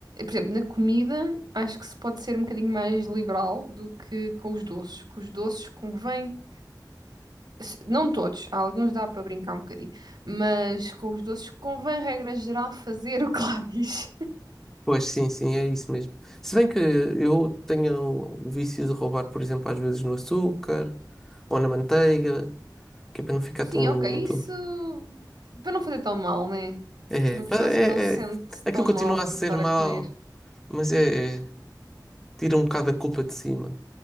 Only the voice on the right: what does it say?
por exemplo, na comida, acho que se pode ser um bocadinho mais liberal do que com os doces. Com os doces convém, se- não todos, há alguns dá para brincar um bocadinho, mas com os doces convém, regra geral, fazer o que lá diz.
Sim,
ok, isso
para não fazer tão mal, né?
Uma
pessoa
assim não se sente
tão
mal por
estar
a comer.